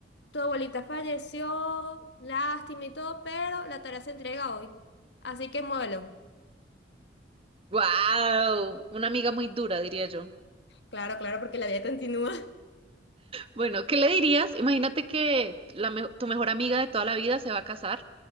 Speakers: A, on the left; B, on the right.
A: Tu abuelita falleció, lástima y todo, pero la tarea se entrega hoy. Así que muévelo.
B: ¡Wow! Una amiga muy dura, diría yo.
A: Claro, claro, porque la vida continúa. <laughs>
B: Bueno, ¿qué le dirías? Imagínate que la me- tu mejor amiga de toda la vida se va a casar